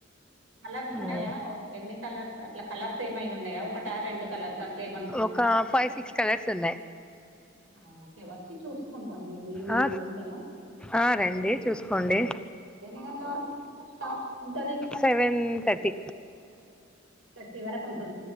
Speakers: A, on the right (about 85°); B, in the centre.
A: కలర్స్ ఉన్నాయా
B: ఉమ్,
A: ఎన్ని కలర్స్ అట్లా కలర్స్ ఏమైనా ఉన్నాయా ఒకట రెండు కలర్స్ అట్లా ఏమన్నా
B: ఒక ఫైవ్ సిక్స్ కలర్స్ ఉంది
A: ఆ ఓకే వచ్చి చూసుకుండి స ఈవినింగ్
B: ఆ
A: వస్త
B: ఆ రండి చూసుకోండి
A: ఎన్ని గంటల వరకు షాప్ ఉంటది
B: సెవెన్ థర్టీ
A: సెవెన్ థర్టీ వరకు ఉంటుద